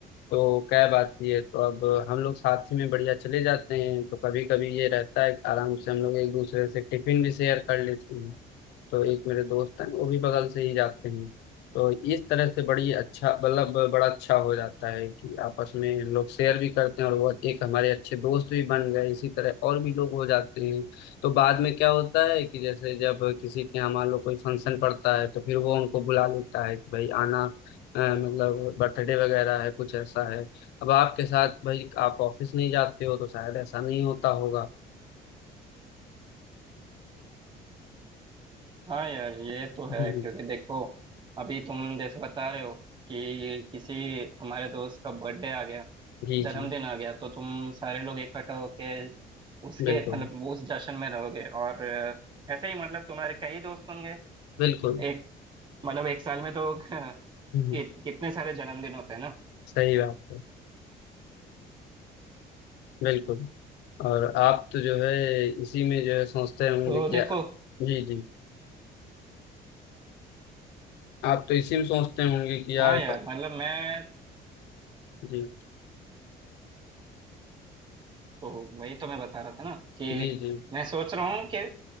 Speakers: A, on the left; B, on the right.
A: तो कैब आती है तो अब हम लोग साथ ही में बढ़िया चले जाते हैं तो कभी कभी ये रहता है कि आराम से हम लोग एक दूसरे से टिफिन भी शेयर कर लेते हैं तो एक मेरे दोस्त हैं वो भी बगल से ही जाते हैं तो इस तरह से बड़ी अच्छा मतलब बड़ा अच्छा हो जाता है कि आपस में लोग शेयर भी करते हैं और वो एक हमारे अच्छे दोस्त भी बन गए इसी तरह और भी लोग हो जाते हैं तो बाद में क्या होता है कि जैसे जब किसी के यहाँ मान लो कोई फंक्शन पड़ता है तो फिर वो उनको बुला लेता है कि भाई आना अ, मतलब बर्थडे वगैरह है कुछ ऐसा है अब आपके साथ भाई आप ऑफिस नहीं जाते हो तो शायद ऐसा नहीं होता होगा
B: हाँ यार ये तो
A: <laughs>
B: है
A: हम्म,
B: क्योंकि
A: हम्म,
B: देखो अभी तुम जैसे बता रहे हो कि किसी हमारे दोस्त का बर्थडे आ गया
A: जी
B: जन्मदिन
A: जी
B: आ गया तो तुम सारे लोग इकट्ठा होके उसके
A: बिल्कुल
B: मतलब वो उस जश्न में रहोगे और अ, ऐसे ही मतलब तुम्हारे कई दोस्त होंगे
A: बिल्कुल
B: एक मतलब एक साल में तो <laughs>
A: हम्म,
B: कि, कितने सारे जन्मदिन होते हैं ना
A: सही बात है बिल्कुल और आप तो जो है इसी में जो है सोचते होंगे
B: तो
A: कि
B: देखो
A: यार जी जी आप तो इसी में सोचते होंगे कि यार
B: हाँ यार मतलब मैं
A: जी
B: तो वही तो मैं बता रहा था ना कि
A: जी जी
B: मैं सोच रहा हूँ कि